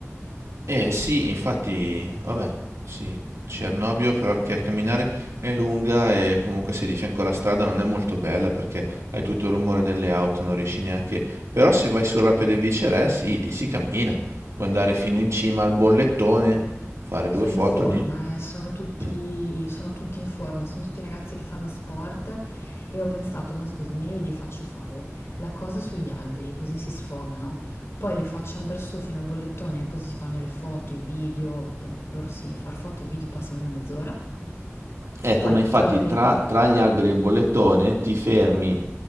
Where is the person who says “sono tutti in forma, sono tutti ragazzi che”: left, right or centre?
Left